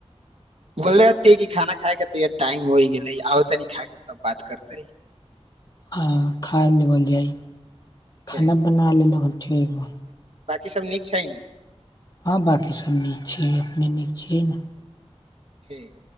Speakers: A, on the right; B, on the left.
A: बोललेते कि खाना खाायके तैय टाइम होय गेलै आब तनी खाके तब बात करतै
B: हँ खान ल पल अइ
A: ठीक
B: खाना बना लेलो ठ ब
A: बकी सब नीक छै ने
B: हँ बाँकी सभ नीक छैिय अपने नीक छियै ने
A: ठीक